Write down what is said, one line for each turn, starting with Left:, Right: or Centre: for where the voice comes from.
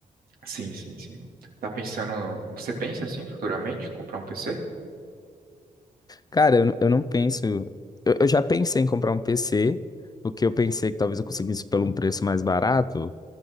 Right: Sim, sim, sim. Tá pensando. Você pensa assim futuramente comprar um PC?
Left: Cara, eu, não- eu não penso. Eu, eu já pensei em comprar um PC, porque eu pensei que talvez eu conseguisse pelo um preço mais barato.